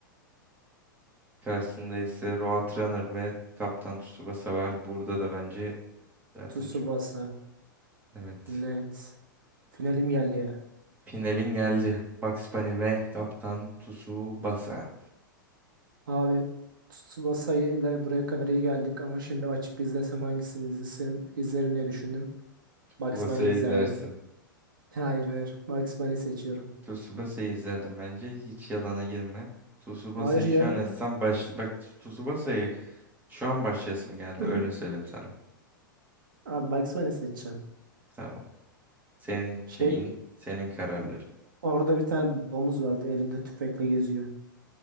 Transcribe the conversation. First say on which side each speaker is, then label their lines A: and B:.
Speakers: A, on the right; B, on the right.
A: Karşısında ise Roadrunner ve Kaptan Tsubasa var. Burada da bence Zaten
B: Tsubasa.
A: çok evet.
B: Net. Finalim geldi ya.
A: Finalin geldi. Bugs Bunny ve Kaptan Tsubasa.
B: Abi Tsubasa ile buraya kadar iyi geldik ama şimdi açıp izlesem hangisini izlerim, izlerim diye düşündüm. Bugs
A: Tsubasa'yı
B: Bunny izlerdim.
A: izlersin.
B: Hayır hayır Bugs Bunny seçiyorum.
A: Tsubasa'yı izlerdim bence. Hiç yalana girme. Tsubasa'yı
B: Hayır ya.
A: şu an etsem baş... Bak Tsubasa'yı şu an başlayasım geldi.
B: <laughs>
A: Öyle söyleyeyim sana.
B: Abi Bugs Bunny seçeceğim.
A: Tamam. Senin
B: Şey
A: şeyin, senin kararların.
B: orada bir tane domuz vardı elinde tüfekle geziyor.